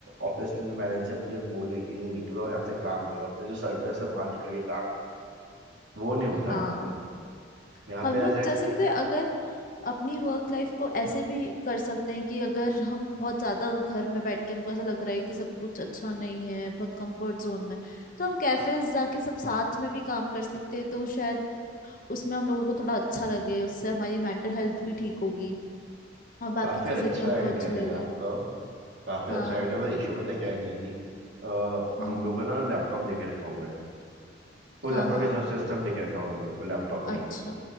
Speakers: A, on the right; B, on the left.
A: ऑफिस में मैनेजर मुझे बोले कि नहीं निकलो यहाँ से काम करो अपने जो सर्कल से बाहर निकल के काम वो नहीं होता
B: हाँ
A: यहाँ पे यहाँ
B: हम
A: पे ऐसा
B: लोग
A: है
B: जैसे
A: ठी-
B: पता है अगर अपनी वर्क लाइफ को ऐसे भी कर सकते हैं कि अगर हम बहुत ज्यादा घर में बैठ के हमको ऐसा लग रहा है कि सब कुछ अच्छा नहीं है बहुत कंफर्ट जोन में तो हम कैफेज जाके सब साथ में भी काम कर सकते हैं तो शायद उसमें हम लोगों को थोड़ा अच्छा लगे उससे हमारी मेंटल हेल्थ भी ठीक होगी और बाकी
A: काफी
B: चीजें
A: अच्छा
B: भी हमको
A: आइडिया
B: अच्छी
A: है
B: लगे
A: ये आपका काफी
B: हाँ
A: अच्छा आइडिया पर इशू पता है क्या है, नहीं आती अ,
B: हम्म
A: हम
B: हम्म,
A: लोग का ना लैपटॉप दे के रखा हुआ है वो
B: हाँ
A: लैपटॉप
B: हाँ
A: के साथ सिस्टम दे के रखा हुआ है हम लोग को लैपटॉप नहीं
B: अच्छा